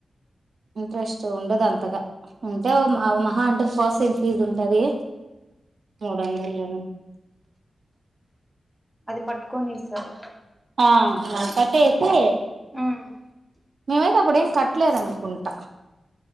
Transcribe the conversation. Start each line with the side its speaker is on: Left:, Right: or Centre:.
Right: ఇంట్రెస్టు ఉండదు అంతగా ఉంటేఓ ఆ మహా అంటే ఫసెంట్ ఫీజ్ ఉంటది నోడందల న <inaudible>
Centre: అది పట్టుకొనిస్తారు
Right: ఆ కట్టే ఎస్తే
Centre: అంటే
Right: మేమైతే అప్పుడేం కట్లేదనుకుంటా